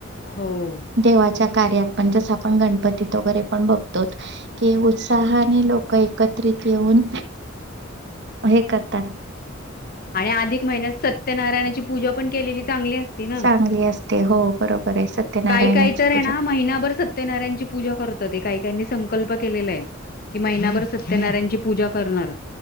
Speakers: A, on the left; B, on the right.
A: हो
B: देवाच्या कार्यात पण जस आपण गणपतीत वरे - ण बघतो की उत्साहाने लोक एकत्रित येऊन हे करताना
A: आणि अधिक महिन्यात सत्यनारायणाची पूजा पण केलेली चांगली असती ना
B: चांगली असते हो बरोबर आहे सत्यनारायणाची
A: काही काही तर आहे
B: पूजा
A: ना महिनाभर सत्यनारायणाची पूजा करत ते काही त्यांनी संकल्प केलेला आहे की महिनाभर सत्यनारायणची पूजा करणार